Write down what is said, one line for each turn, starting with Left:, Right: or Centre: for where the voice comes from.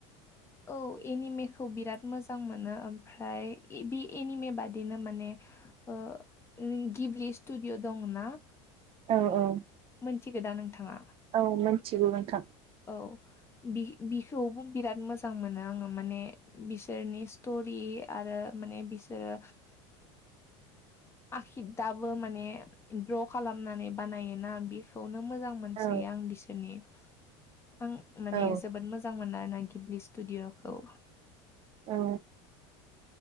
Left: औ एनिमेखौ बिराद मोजां मोनो ओमफ्राय बे एनिमे बादिनो माने ओ नों गिब्लि स्टुडिअ' दंना
Right: औ औ
Left: मोनथिगोदा नोंथाङा
Right: औ मिथिगौ नोंथां
Left: औ बि बिखौबो बिराद मोजां मोनो आङो माने बिसोरनि स्ट'रि आरो माने बिसोरो आखिद दाबो माने ग्र' खालामनानै बानायोना बि खौनो मोजां मोनसोयो
Right: औ
Left: आं बिसोरनि आं माने
Right: औ
Left: जोबोद मोज जां मोनो आरोना गिबलि स्टुडिअ'खौ
Right: औ